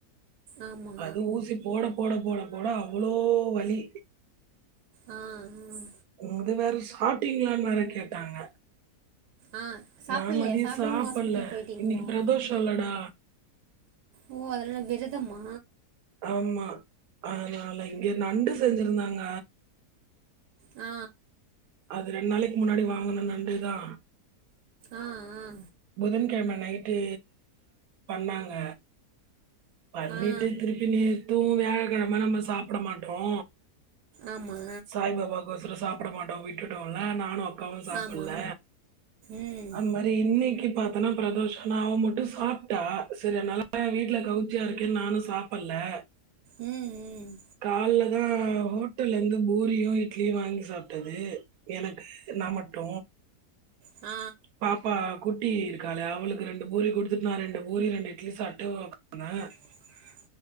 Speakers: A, on the right; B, on the right.
A: ஆமா
B: அது ஊசி போட போட போட போட அவ்ளோ வலி
A: ஆ அ
B: இது வேற சாப்டீங்களானு வேற கேட்டாங்க
A: ஆ சாப்பிட்லையா
B: நா மதியோ
A: சாப்பிடாம
B: சாப்பல்ல
A: ஹாஸ்பிட்டல் போயிட்டீங்களா
B: இன்னைக்கு பிரதோஷோலடா
A: ஓ அதுனால விரதமா
B: ஆமா அதுனால இங்க நண்டு செஞ்சிருந்தாங்க
A: ஆ
B: அது ரெண்டு நாளிக்கு முன்னாடி வாங்குன நண்டுதா
A: ஆ ஆ
B: புதன்கிழம நைட்டு பண்ணாங்க பண்ணிட்டு
A: ஆ
B: திருப்பி நேத்து வியாழக்கிழம நம்ம சாப்பட மாட்டோ
A: ஆமா
B: சாய் பாபாவுக்கொசரோ சாப்பிட மாட்டோ விட்டுட்டோல்ல நானு அக்காவு சாப்பில்ல
A: ஆமா ம்
B: அந்மாரி இன்னைக் கி பாத்தனா பிரதோஷன்னா அவ மட்டு சாப்ட்டா சரி அதுனால வீட்ல கவுச்சியா இருக்கேன்னு நானு சாப் பல்ல
A: ம் ம்
B: கால்ல தா ஹோட்டல்ல இருந்து பூரியு இட்லியு வாங்கி சாப்ட்டது எனக்கு நா மட்டு
A: ஆ
B: பாப்பா குட்டி இருக்காளே அவுளுக்கு ரெண்டு பூரி குடுத்துட்டு நா ரெண்டு பூரி ரெண்டு இட்லி சாப்ட்டு உக்காந்த
A: <inaudible>